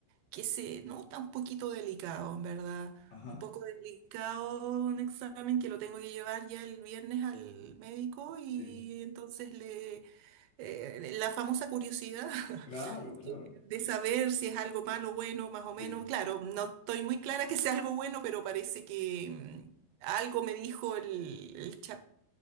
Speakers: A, on the right; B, on the left.
A: que se nota un poquito delicado, en verdad.
B: Ajá,
A: Un poco delicado un examen que lo tengo que llevar ya el viernes al médico y
B: sí.
A: entonces le eh, la famosa curiosidad <laughs>
B: Claro, claro.
A: de saber si es algo malo, bueno, más o menos.
B: Sí,
A: Claro, no estoy muy clara que sea algo bueno, pero parece que mm, algo me dijo el, el chat